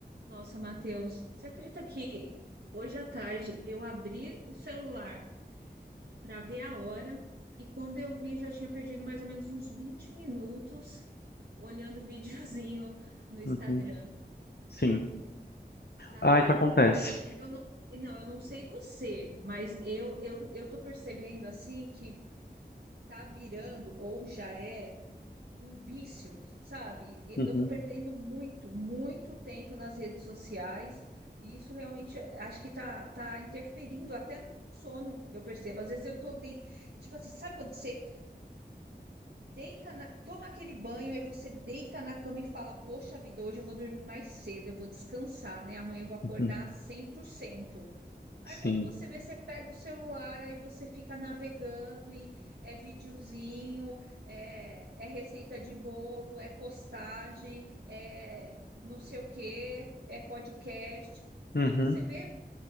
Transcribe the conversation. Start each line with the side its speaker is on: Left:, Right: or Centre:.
Right: Nossa, Matheus, você acredita que hoje à tarde eu abri o celular para ver a hora e quando eu vi já tinha perdido mais ou menos uns 20 minutos olhando <laughs> videozinho no Instagram.
Left: Uhum. Sim.
Right: Tá,
Left: Ah, isso acontece.
Right: eu não, não, eu não sei você, mas eu eu eu tô percebendo assim que tá virando ou já é um vício, sabe? E
Left: Uhum.
Right: Eu tô perdendo muito, muito tempo nas redes sociais e isso realmente acho que tá, tá interferindo até no meu sono, eu percebo. Às vezes eu tô, de... tipo assim, sabe quando você deita na... toma aquele banho, aí você deita na cama e fala, poxa vida, hoje eu vou dormir mais cedo, eu vou descansar, né? Amanhã eu vou acordar
Left: Uhum.
Right: 100%. Aí
Left: Sim.
Right: quando você vê, você pega o celular, aí você fica navegando e é videozinho, é, é receita de bolo, é postagem, é não sei o quê, é podcast. Quando
Left: Uhum.
Right: você vê